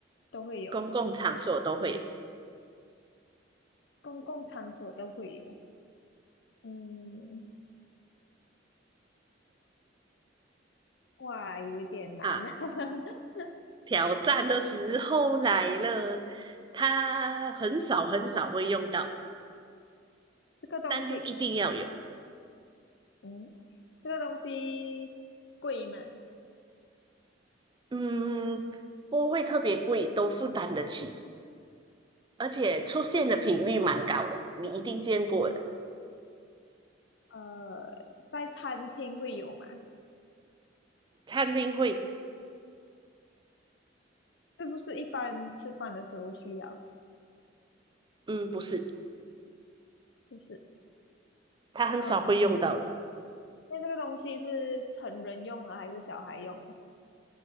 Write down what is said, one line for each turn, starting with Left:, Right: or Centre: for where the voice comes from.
Left: 都会有，
Right: 公共场所都会有
Left: 公共场所都会有。嗯，哇，有一点难啊，
Right: 啊。
Left: <laughs>
Right: 挑战的时候来了，它很少很少会用到，
Left: 这个东西，
Right: 但就一定要有。
Left: 嗯，这个东西贵吗？
Right: 嗯，不会特别贵，都负担得起，而且出现的频率蛮高的，你一定见过的。
Left: 呃，在餐厅会有吗？
Right: 餐厅会，
Left: 是不是一般吃饭的时候需要？
Right: 嗯，不是，
Left: 就是
Right: 他很少会用到的。
Left: 嗯，那这个东西是成人用的还是小孩用的？